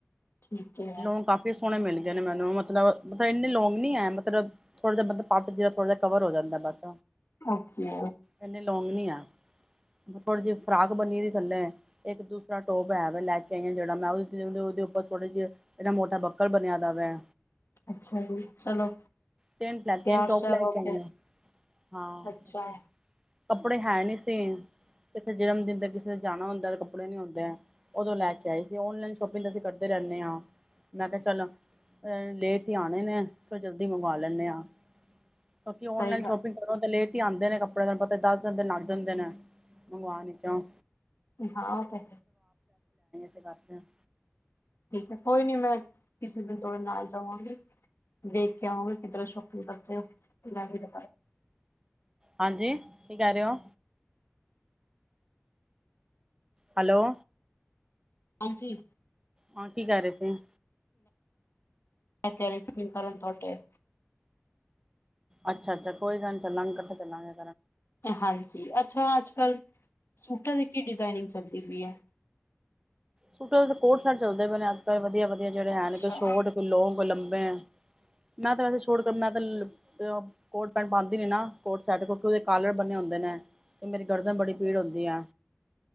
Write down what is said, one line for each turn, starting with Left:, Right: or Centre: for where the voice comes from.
Left: ਠੀਕ ਹੈ,
Right: ਲੋਂਗ ਕਾਫੀ ਸੋਣੇ ਮਿਲ ਮੈਨੂੰ ਮਤਲਬ ਏਂਨੇ ਲੋਂਂਗ ਨੀ ਐਂ ਮਤਲਬ ਥੋੜ੍ਹਾ ਜੇਆ ਮਤਲ ਪੱਟ ਜੇਆ ਥੋੜਾ ਕਵਰ ਹੋ ਜਾਂਦੈ ਬਸ।
Left: ਓਕੇ
Right: ਐਂਨੇ ਲੋਂਗ ਨੀ ਐਂ, ਥੋੜ੍ਹੀ ਜੇ ਫਰਾਕ ਬੰਨੀ ਓਈ ਥੱਲ੍ਹੇ। ਇੱਕ ਦੂਸਰਾ ਟੋਪ ਐ ਵੇ ਲੈਕੇ ਆਂਈ ਆ ਜੇਹੜਾ ਮੈਂ ਓ ਓਦੇ ਉੱਪਰ ਥੋੜ੍ਹੇ ਏਨਾ ਮੋਟਾ ਬੱਕਲ ਬਣਿਆ ਦਾ ਵੈ।
Left: ਅੱਛਾ ਜੀ, ਚਲੋ
Right: ਤਿੰਨ
Left: ਤੇਆਰ
Right: ਤਿੰਨ ਟੋਪ
Left: ਸ਼ੇਆਰ
Right: ਲੈ
Left: ਹੋ ਕੇ,
Right: ਆਈ ਹਾਂ ਹਾਂ
Left: ਅੱਛਾ।
Right: ਬਸ ਕੱਪੜੇ ਹੈ ਨਈਂ ਸੀ। ਇੱਥੇ ਜਨਮ ਦਿਨ ਤੇ ਕਿਸੇ ਜਾਣਾ ਹੁੰਦਾ ਕੱਪੜੇ ਨੀ ਹੁੰਦੇ, ਉਦੋਂ ਲੈ ਕੇ ਆਏ ਸੀ ਓਨਲਾਈਨ ਸ਼ੋਪਿੰਗ ਤਾਂ ਅਸੀਂ ਕਰਦੇ ਰੈਂਣੇ ਆਂ, ਮੈਂ ਕੇਆ ਚੱਲ ਲੇਟ ਹੀ ਆਣੇ ਨੇ ਤੇ ਜਲਦੀ ਮੰਗਵਾ ਲੈਂਣੇ ਆਂ। ਕਿਓਂਕਿ
Left: ਸਹੀ
Right: ਔਨਲਾਈਨ ਸ਼ੋਪਿੰਗ
Left: ਗੱਲ
Right: ਕਰੋ ਤੇ ਲੇਟ ਉਂਦੇ ਨੇੱਪੜਿਆਂ <unintelligible> ਤੇ ਦੱਸ ਦਿੰਨ ਤੇ ਲੱਗ ਜਾਂਦੇ ਨੇ ਮੰਗਵਾਣ ਵਿਚੋਂ
Left: ਹਾਂ ਓਹ ਤਾਂ
Right: ਬ <unintelligible>
Left: ਠੀਕ ਏ ਕੋਈ ਨੀ ਮੈਂ ਕਿਸੇ ਦਿਨ ਤੋੜੇ ਨਾਲ ਜਾਵਾਂਗੀ ਦੇਖ ਕੇ ਆਵਾਂਗੀ ਕਿਧਰੋ ਸ਼ੋਪਿੰਗ ਕਰਦੇ ਓ ਮੈਂ ਵੀ
Right: ਹਾਂਜੀ ਕੀ ਕਹਿ ਰਹੇ ਹੋ ਹੈਲੋ
Left: ਹਾਂਜੀ
Right: ਹਾਂ ਕੀ ਕੈ ਰੇ ਸੀ
Left: ਕਰਨ ਤੁਥਹਾਡੇ
Right: ਅੱਛਾ ਅੱਛਾ ਕੋਈ ਗੱਲ ਨੀ ਚੱਲਾਂਗੇ ਕੱਠੇ ਚੱਲਾਂਗੇਾ
Left: ਹਾਂਜੀ ਅੱਛਾ ਅੱਜ ਕੱਲ੍ਹ ਸੂਟਾਂ ਦੇ ਕੀ ਡਿਜ਼ਾਇਨਿੰਗ ਚੱਲਦੀ ਪਈ ਏ
Right: ਸੁਟ ਕੋਟ ਸਟ ਚੱਲਦੇ ਪਏ ਅਜ ਕੱਲ ਵਧੀਆ ਵ ਜਿਹੜੇ
Left: ਅੱਛਾ
Right: ਹੈਣ ਕੁ ਸ਼ੋਰਟ ਕੁ ਲੋਂਗ ਕੁ ਲੰਬੇ ਮੈਂ ਤੇ ਵੈਸੇ ਛੋੜ ਕਰ ਮੈਂ ਤਾਂ ਕੋਟ ਪੈਂਟ ਪਾਉਂਦੀ ਨੀ ਨਾ ਕੋੜ ਸੈਟ ਕਿਓਂਕਿ ਓਹਦੇ ਕਾਲਰ ਬੰਨੇ ਹੁੰਦੇ ਨੇ ਤੇ ਮੇਰੀ ਗਰਦਨ ਬੜੀ ਪੀੜ ਹੁੰਦੀ ਏ